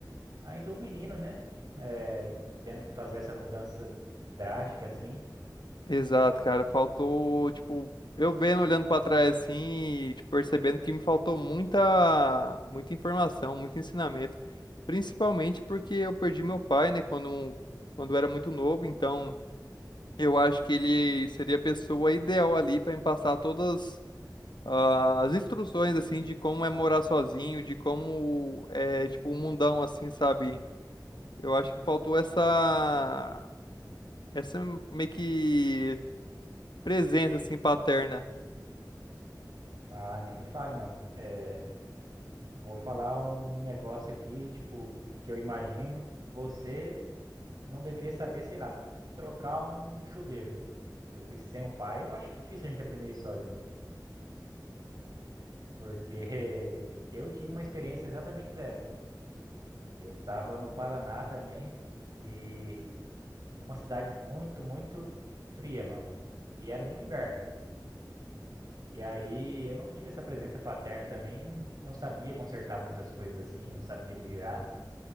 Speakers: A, on the right (about 60°); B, on the left (about 80°).
A: ainda um menino, né? É, tendo que fazer essa mudança drástica assim.
B: Exato, cara. Faltou, tipo, eu vendo, olhando pra trás assim, e, tipo, percebendo que me faltou muita, muita informação, muito ensinamento. Principalmente porque eu perdi meu pai, né, quando, quando eu era muito novo. Então, eu acho que ele seria a pessoa ideal ali pra me passar todas ah, as instruções, assim, de como é morar sozinho, de como é, tipo, um mundão, assim, sabe? Eu acho que faltou essa, essa meio que presença, assim, paterna.
A: Ah, nem me fale, mano. É, Vou falar um negócio aqui, tipo, que eu imagino. Você não deveria saber, sei lá, trocar um chuveiro. Porque sem o pai, eu acho difícil a gente aprender isso sozinho. Porque <laughs> eu tive uma experiência exatamente dessa. Eu tava no Paraná também, e numa cidade muito, muito fria, mano. E era no inverno. E aí eu não tive essa presença paterna também, não, não sabia consertar muitas coisas assim, não sabia me virar.